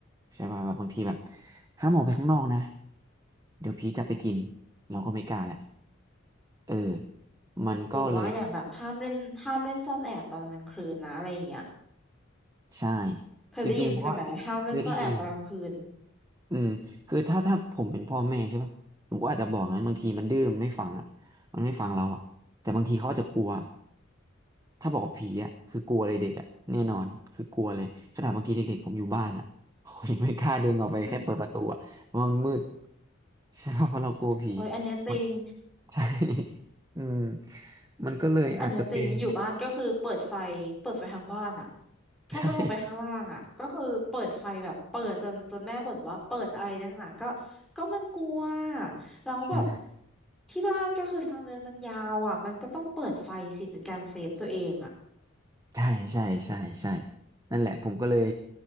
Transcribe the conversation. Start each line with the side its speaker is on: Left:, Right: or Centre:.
Right: ใช่ป่ะแบบบางทีแบบห้ามออกไปข้างนอกนะเดี๋ยวผีจับไปกินเราก็ไม่กล้าแหละเออมันก็เลย
Centre: หรือว่าอย่างแบบห้ามเล่นห้ามเล่นซ่อนแอบตอนกลางคืนนะอะไรอย่างเงี้ย
Right: ใช่
Centre: เคยได้ยินใช่ไหมห้ามเล่นซ่อนแอบตอนกลางคืน
Right: จริงๆเพราะว่าเคยได้ยิน อืมคือถ้าถ้าผมเป็นพ่อแม่ใช่ปะผมก็อาจจะบอกงั้นบางทีมันดื้อมันไม่ฟังอ่ะมันไม่ฟังเราอ่ะแต่บางทีเขาอาจจะกลัวถ้าบอกว่าผีอ่ะคือกลัวเลยเด็กอ่ะแน่นอนคือกลัวเลยขนาดบางทีเด็กๆผมอยู่บ้านอ่ะผมยังไม่กล้าเดินออกไปแค่เปิดประตูอ่ะเพราะมันมืด
Centre: อืม
Right: ใช่ปะเพราะเรากลัวผี
Centre: โอ้ยอันเนี้ยจริง
Right: มันใช่ <laughs> อืมมันก็เลยอาจจะเป็น
Centre: อันเนี้ยจริงอยู่บ้านก็คือเปิดไฟเปิดไฟทางบ้านอะแค่จะลงไปข้างล่างอะก็คือเปิดไฟแบบเปิดจนจนแม่บ่นว่าเปิดอะไรนักหนาก็
Right: <laughs> ใช่
Centre: ก็มันกลัวแล้วแบบ
Right: ใช่
Centre: ที่บ้านก็คือทางเดินมันยาวอะมันก็ต้องเปิดไฟสิเป็นการเซฟตัวเองอะ
Right: ใช่ใช่ใช่ใช่นั่นแหละผมก็เลย